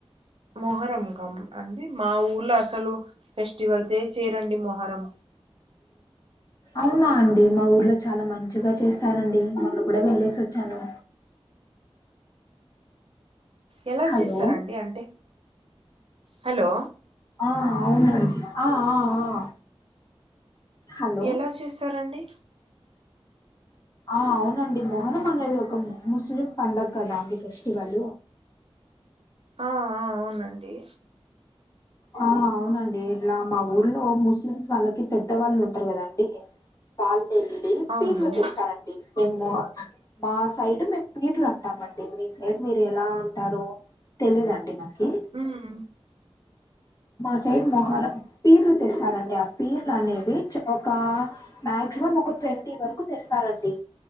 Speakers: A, on the right; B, on the left.
A: మొహరం కా అండీ మా ఊర్లో అసలు ఫెస్టివల్స్ ఏ చేయరండి మొహరం
B: అవునా అండి మా ఊర్లో చాలా మంచిగా చేస్తారండి, మొన్న కూడా వెళ్ళేసి వచ్చాను.
A: ఎలా
B: హలో
A: చేస్తారండి అంటే హలో
B: ఆ అవునండీ ఆ ఆ ఆ హలో
A: ఎలా చేస్తారండి
B: ఆ అవునండి మొహరం అనేది ఒక ముస్లిం పండుగ కదా అండి ఫెస్టివల్
A: ఆ ఆ అవునండి
B: ఆ అవునండి ఇట్లా మా ఊర్లో ముస్లిమ్స్ వాళ్ళకి పెద్దవాళ్ళు ఉంటారు కదండి పాలుకి వెళ్ళి పీర్లు
A: అవును
B: తెస్తారండి మేము మా సైడ్ మేము పీర్లు అంటామండి మీ సైడ్ మీరు ఎలా అంటారో తెలీదండి నాకి
A: ఉమ్మ్
B: మా సైడ్ మొహరం పీర్లు తెస్తారంండి ఆ పీర్లు అనేవి ఒక మాక్సిమం ఒక ట్వంటీ వరకు తెస్తారండి